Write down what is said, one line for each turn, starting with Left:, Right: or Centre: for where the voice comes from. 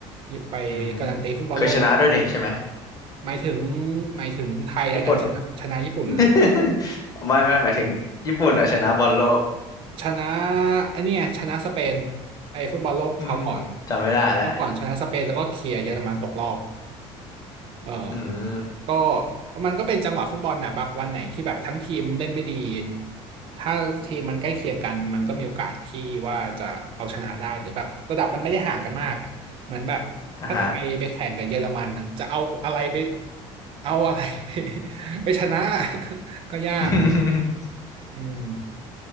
Right: ไปการันตีฟุตบอลโลก
Left: อืมเคยชนะด้วยนี่ใช่ไหม
Right: หมายถึงหมายถึงไทยอะนะชนะชนะญี่ปุ่นอะนะ
Left: ญี่ปุ่น <laughs> ไม่ไม่หมายถึงญี่ปุ่นอะชนะบอลโลก
Right: ชนะอันนี้ไงชนะสเปนไอ้ฟุตบอลโลกคราวก่อน
Left: อืมผมจำไม่ได้แล้ว
Right: แล้วก่อนชนะสเปนแล้วก็เคลียร์เยอรมันตกรอบ เออ
Left: อืม
Right: ก็มันก็เป็นจังหวะฟุตบอลน่ะบางวันไหนที่แบบทั้งทีมเล่นไม่ดีถ้าทีมมันใกล้เคียงกันมันก็มีโอกาสที่ว่าจะเอาชนะได้หรือแบบระดับมันไม่ได้ห่างกันมากอะเหมือนแบบถ้าไทยไปแข่งกับเยอรมันน่ะจะเอาอะไรไป
Left: อ่ะฮะ
Right: เอาอะไรไป <laughs> ไปชนะ <laughs> ก็ยากเนาะ
Left: <laughs>
Right: อืม